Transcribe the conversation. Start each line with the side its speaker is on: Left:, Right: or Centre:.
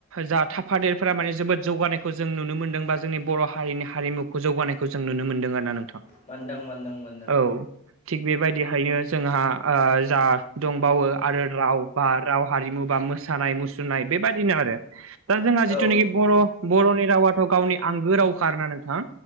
Right: जा थाफादेरफोरा माने जोबोद जौगानायखौ जों नुनो मोनदों बा जोंनि बर' हारिनि हारिमु खौ जौगानायखौ जों नुनो मोनदों आरो ना नोंथां
Left: मोनदों मोनदों मोनदों
Right: औ। थिग बेबायदिहायनो जोंहा ओ जा दंबावो आरो राव बा राव हारिमु बा मोसा मोसानाय मुसुरनाय बेबायदिनो आरो। दा जोंहा
Left: औ
Right: जिथुनाखि बर' बर'नि रावाथ' गावनि आंगो रावखा आरोना नोंथां।